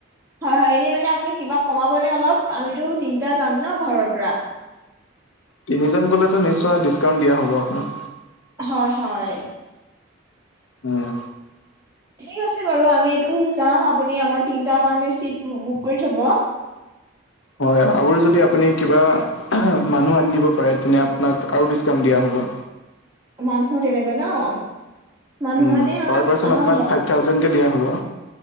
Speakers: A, on the right; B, on the left.
A: হয় হয় এনেই মানে আপুনি কিবা কমাবনে অলপ আমিতো তিনিটা যাম ন ঘৰৰ পৰা।
B: তিনিজন গলেতো নিশ্চয় ডিছকাউণ্ট দিয়া হ'ব আপোনাক।
A: হয় হয়।
B: উম।
A: ঠিক আছে বাৰু আমি এইটো যাম আপুনি আমাৰ তিনটাৰ কাৰণে চিট বুক কৰি থব।
B: হয় আৰু যদি আপুনি কিবা- মানুহ আনি দিব পাৰে তেনে আপোনাক আৰু ডিচকাউণ্ট দিয়া হ'ব।
A: মানুহ তেনেকৈ ন। মানুহ
B: উম,
A: মানে আমাৰ
B: পাৰ পাৰ্চন
A: আমাৰ
B: আপোনাক
A: ঘৰ
B: ফাইভ থাউজেণ্ড কে দিয়া হ'ব।